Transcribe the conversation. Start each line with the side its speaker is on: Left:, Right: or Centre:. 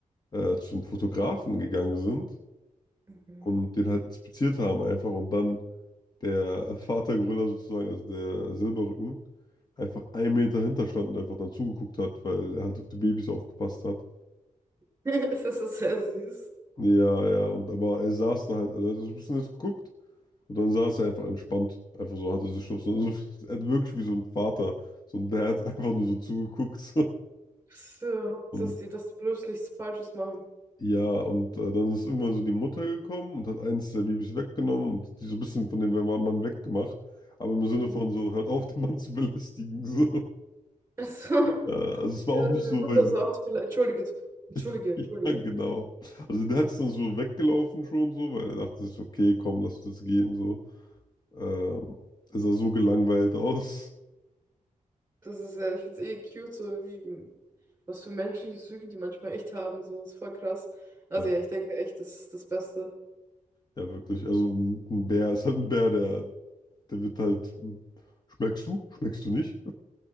Left: äh, zum Fotografen gegangen sind
Right: Mhm.
Left: und den halt inspiziert haben einfach und dann der Vatergorilla sozusagen, also der Silberrücken, einfach einen Meter hinter stand und einfach dann zugeguckt hat, weil er halt auf die Babys aufgepasst hat.
Right: <laughs> Das ist sehr süß.
Left: Ja, ja, und aber er saß da halt, also er hat so ein bisschen jetzt geguckt und dann saß er einfach entspannt. Einfach so, hatte sich schon so, so- <laughs> er hat wirklich wie so ein Vater, so ein Dad <laughs> einfach nur so zugeguckt. So.
Right: So,
Left: Und
Right: dass die das bloß nichts Falsches machen.
Left: ja, und äh, dann ist irgendwann so die Mutter gekommen und hat eins der Babys weggenommen und die so ein bisschen von dem Mann weggemacht, aber im Sinne
Right: Mhm.
Left: von so, hört auf, den Mann zu belästigen. <laughs> So.
Right: Also, <laughs>
Left: Äh, also es
Right: ja,
Left: war auch
Right: meine
Left: nicht so,
Right: Mutter
Left: weil sie,
Right: so, ach, tut mir leid. entschuldige, entschuldige,
Left: <laughs>
Right: entschuldige.
Left: ja, genau. Also der hat es dann so weggelaufen schon so, weil er dachte sich, so, okay, komm, lass das gehen so. Ähm, er sah so gelangweilt aus.
Right: Das ist, äh, ich find's eh cute, so wie, was für menschliche Züge die manchmal echt haben, so, ist voll krass. Also
Left: Ja,
Right: ja, ich denke echt, das ist das Beste.
Left: ja, wirklich. Also ein Bär ist halt ein Bär, der, der wird halt. Schmeckst du? Schmeckst du nicht?